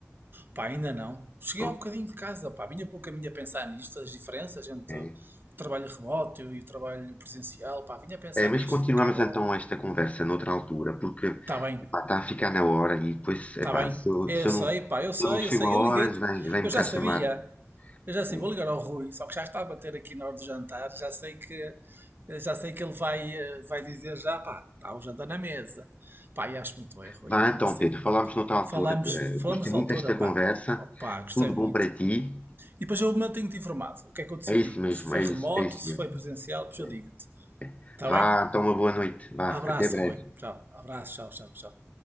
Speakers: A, on the right; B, on the left.
A: pá, ainda não. Cheguei
B: Bom,
A: ao bocadinho de casa, pá, vinha pelo caminho a pensar nisto, as diferenças entre
B: é.
A: o trabalho remoto e o trabalho presencial, pá, vinha a pensar
B: É, mas
A: nisto,
B: continuamos
A: o que é bom.
B: então esta conversa noutra altura, porque
A: Tá bem,
B: epá, está a ficar na hora e depois, epá,
A: tá bem.
B: se eu,
A: Eu
B: se eu
A: sei,
B: não, se
A: pá, eu sei,
B: eu não chego
A: eu sei.
B: a horas,
A: Eu liguei-te,
B: vem, vem-me
A: eu já
B: cá
A: sabia.
B: chamar.
A: Eu já sei,
B: É.
A: vou ligar ao Rui, só que já está a bater aqui na hora do jantar, já sei que já sei que ele vai, eh, vai dizer já, pá, está o jantar na mesa. Pá, e acho muito bem, Rui,
B: Vá
A: é mesmo
B: então,
A: assim.
B: Pedro, falamos noutra altura.
A: Falámos,
B: Eh, Gostei
A: falamos da
B: muito
A: autora
B: desta
A: pá.
B: conversa.
A: Opa, gostei
B: Tudo
A: muito.
B: bom para ti?
A: E depois eu mantenho-te informado. O que é que eu decidi?
B: É isso mesmo,
A: Se foi
B: é
A: remoto,
B: isso, é isso
A: se
B: mesmo.
A: foi presencial, depois
B: é.
A: eu digo-te. Está
B: Vá,
A: bem?
B: então, uma boa noite. Vá,
A: Abraço,
B: até breve.
A: Rui. Tchau. Abraço, tchau, tchau, tchau.